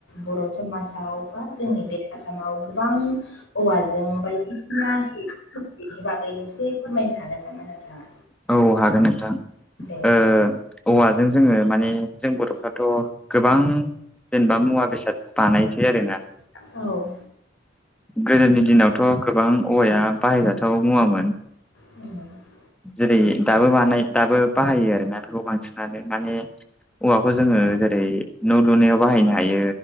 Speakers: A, on the left (about 80°); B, in the centre.
A: बर' समाजाव बा जोंनि बे आसामाव गोबां औवाजों बायदिसिना <unintelligible> बागै एसे फोरमायनो हागोन नामा नोंथाङा।
B: औ हागोन नोंथां
A: दे
B: ओ औवाजों जोङो माने जों बर'फ्राथ' गोबां जेनेबा मुवा बेसाद बानायनोसै आरोना
A: औ
B: गोदोनि दिनावथ' गोबां औवाया बाहायजाथाव मुवामोन
A: <inaudible>
B: जेरै दाबो बानाय दाबो बाहायो आरोना बेफोरखौ बांसिनानो माने औवाखौ जोङो जेरै न' लुनायाव बाहायनो हायो